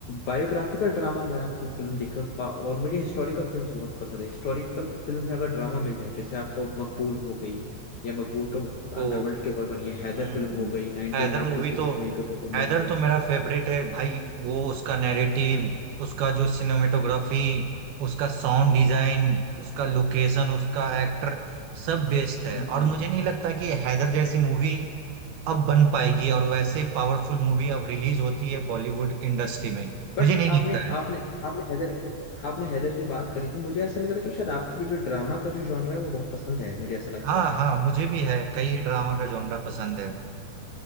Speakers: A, on the left; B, on the right.
A: बायोग्राफिकल ड्रामा अगर आपको फिल्म देखे और, पा- और मुझे हिस्टोरिकल फिल्म्स बहुत पसंद है हिस्टोरिकल फिल्म में अगर ड्रामा मिल जाए जैसे आपको मकबूल हो गई या मकबूल तो
B: ओ
A: अंडरवर्ल्ड के ऊपर बनी है हैदर
B: हम्म
A: फिल्म
B: हम्म।
A: हो गई 1990s
B: हैदर मूवी
A: के
B: तो
A: कश्मीर के ऊपर बनी
B: हैदर
A: हुई है
B: तो मेरा फेवरेट है भाई वो उसका नैरेटिव उसका जो सिनेमेटोग्राफी उसका साउंड डिजाइन उसका लोकेशन उसका एक्टर सब बेस्ट है और
A: जी
B: मुझे नहीं लगता कि हैदर जैसी मूवी अब बन पाएगी और वैसे पावरफुल मूवी अब रिलीज होती है बॉलीवुड इंडस्ट्री में
A: बट
B: मुझे नहीं
A: आपने
B: लगता है
A: आपने आपने हैदर की आपने हैदर की बात करी तो मुझे ऐसा लग रहा है कि शायद आपको भी जो ड्रामा का जो जॉनर है वो बहुत पसंद है मुझे ऐसा लगता
B: हाँ
A: है
B: हाँ मुझे भी है कई ड्रामा का जॉनरा पसंद है